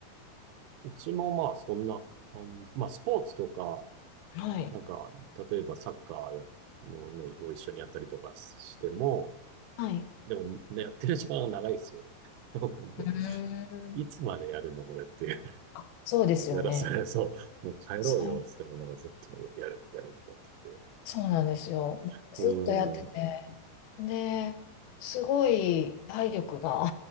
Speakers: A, on the right (about 80°); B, on the left (about 80°).
A: うちもまあそんな感じ。まあスポーツとか、
B: はい、
A: なんか、例えばサッカーや、もうね、を一緒にやったりとかしても、
B: はい。
A: でもね、やってる時間が長いですよね。<laughs> 本当、
B: うーん。
A: いつまでやるのこれっていう。
B: あ、そうですよね。
A: やらされそう。もう帰ろうよ、
B: そう、
A: つっても、なんかずっとやる、やるとかって言って。
B: そうなんですよ。
A: <laughs>
B: ずっとやってて。
A: うーん、
B: で、すごい体力が、